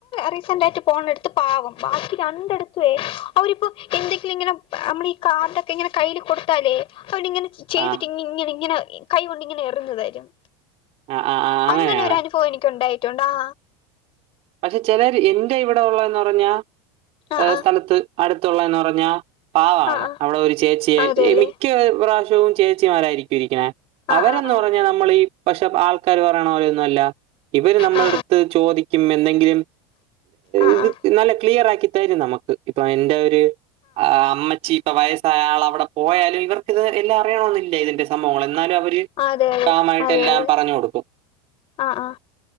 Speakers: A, on the left (about 40°); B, on the right (about 45°).
A: റീസന്റ് ആയിട്ട് പോണടുത്ത് പാവം ബാക്കി രണ്ടടുത്തുവേ അവരിപ്പോ എന്തൊ ഇങ്ങനെ നമ്മള് ഈ കാർഡൊക്കെ ഇങ്ങനെ കയ്യിൽ കൊടുത്താലേ അവൻ ഇങ്ങനെ ചെയ്തിട്ട്
B: ആഹ്
A: ഇങ്ങനെ ഇങ്ങനെ കൈ കൊൊണ്ട് ഇങ്ങനെ എറിഞ്ഞ് തരും
B: ആഹ് ആഹ് ആഹ് അങ്ങനെയാണ്
A: അങ്ങനെ ഒരു അനുഭവം എനിക്ക് ഉണ്ടായിട്ടുണ്ട് ആ
B: പക്ഷെ ചിലർ എന്റെ ഇവിടെ ഉള്ളെന്ന് പറഞ്ഞ
A: ആ
B: സ്ഥലത്ത് അടുത്തുള്ളെന്ന് പറഞ്ഞാ പാവാണ്
A: ആ ആ
B: അവിടെ ഒരു ചേച്ചിയെ
A: ആ അതെല്ലേ
B: മിക്ക്യ പ്രാവശ്യവും ചേച്ചിമാരായിരിക്കും ഇരിക്കണേ
A: ആ
B: അവരന്ന്
A: ആ ആ
B: പറഞ്ഞ് നമ്മൾ ഈ പക്ഷെ ആൾക്ക് പറയണ പോലൊന്നുല്ല ഇവര് നമ്മളടുത്ത്
A: ആ
B: ചോദിക്കും എന്തെങ്കിലും
A: ആ ആ
B: ഇത് നല്ല ക്ലിയർ ആക്കി തരും നമ്മക്ക് ഇപ്പൊ എന്റെ ഒരു ആ അമ്മച്ചി ഇപ്പൊ വയസ്സായ ആൾ അവിടെ പോയാലും ഇവർക്ക് ഇത് എല്ലാം അറിയണൊന്നില്ല ഇതിന്റെ സംഭവങ്ങൾ എന്നാലും അവര്
A: അതെ അതെ
B: കാമായിട്ട്
A: അതെ
B: എല്ലാം
A: അതെ
B: പറഞ്ഞ് കൊടുക്കും
A: ആ ആ